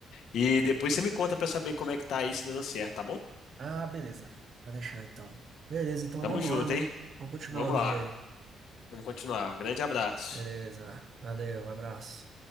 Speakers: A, on the left; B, on the right.
A: E depois você me conta pra saber como é que tá aí se tá dando certo, tá bom?
B: Ah, beleza. Vai deixar então. Beleza, então
A: Tamo
B: vamos
A: junto,
B: lá, né?
A: hein?
B: Vamos continuar
A: Vamos
B: o dia
A: lá,
B: aí.
A: vamos continuar. Grande abraço.
B: Beleza. Valeu, abraço.